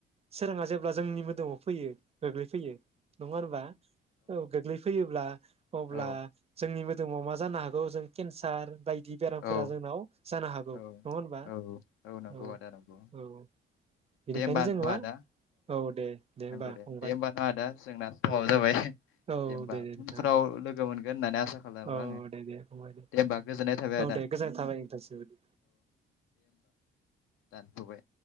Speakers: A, on the right; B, on the left.
A: सोराङा जेब्ला जोंनि मोदोमाव फैयो। फैयो। गोग्लैफैयो नङा होनबा औ गोग्लैफैयोब्ला अब्ला
B: औ
A: जोंनि मोदोमाव मा जानो हागौ जों केन्सार बायदि दि बेरामफोरा
B: औ
A: जोंनाव जानो हागौ
B: औ
A: नङा होनबा
B: औ नंगौ
A: औ
B: आदा नंगौ
A: औ बेनिखायनो
B: दे होमबा
A: जोङो
B: न' आदा
A: औ दे। होमबा
B: नंगौ दे
A: फंबाय
B: दे होमबा नङा आदा जोंना समाव
A: औ दे
B: जाबाय दे
A: औ
B: होमबा
A: दे दे नोंथां
B: उनफ्राव
A: दे
B: लोगो मोनगोन। <inaudible>
A: औ
B: आङो
A: दे दे फंबाय दे।
B: होमबा गोजोननाय थाबाय
A: औ
B: आदा
A: दे गोजोननाय थाबाय नोंथांनिसिम।
B: जाथबाय।